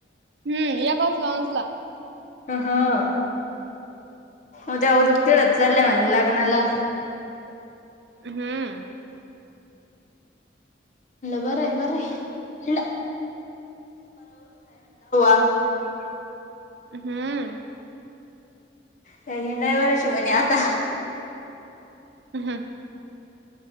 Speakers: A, on the right; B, on the left.
A: हम्म या काजला नसला.
B: अहाहा. उद्या उदक तिकडच चाललंय म्हण लग्नाला.
A: हम्म
B: बरंय बरंय ल <unintelligible>
A: हम्म
B: काय हिंडाय वर्ष म्हणे आता
A: अहमम.